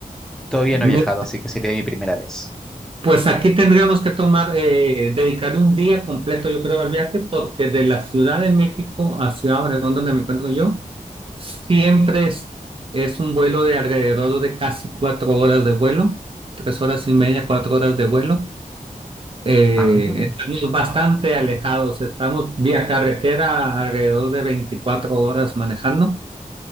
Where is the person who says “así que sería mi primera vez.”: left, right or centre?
Centre